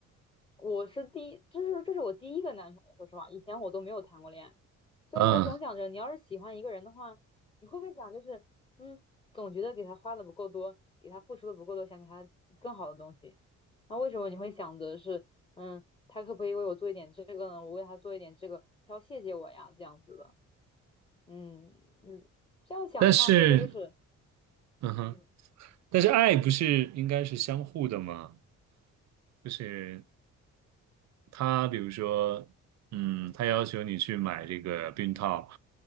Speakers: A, on the left; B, on the right.
A: 我是第一，这是这是我第一个男朋友，说实话，以前我都没有谈过恋爱，所以我总想着，
B: 嗯，
A: 你要是喜欢一个人的话，你会不会想就是，嗯，总觉得给他花的不够多，给他付出的不够多，想给他更好的东西。那为什么你会想着是，嗯，他可不可以为我做一点这个呢？我为他做一点这个，他要谢谢我呀，这样子的。嗯嗯，这样想的话，
B: 但是
A: 会不会就是，
B: 嗯哼，
A: 嗯，
B: 但是爱不是应该是相互的吗？就是他比如说，嗯，他要求你去买这个避孕套，